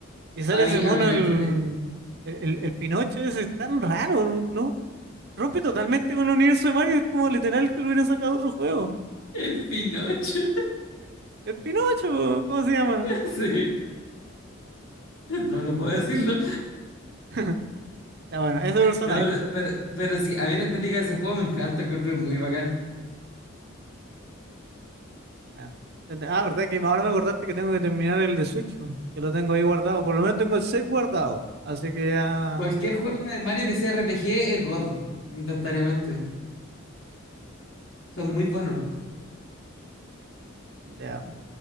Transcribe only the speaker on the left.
A mí,
a mí la
estética.
El Pinocho.
<laughs> Sí. No, no puedo decirlo.
No, pero, pero, pero sí, a mí la estética de ese juego me encanta, encuentro muy bacán.
Cualquier juego de Mario que sea RPG es God, instantáneamente. Son muy buenos.